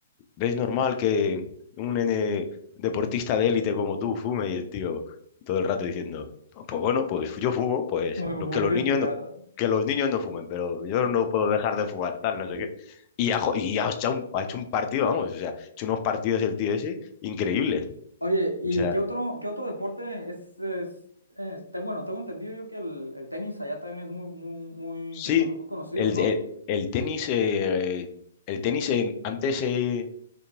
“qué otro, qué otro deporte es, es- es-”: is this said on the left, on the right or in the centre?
Right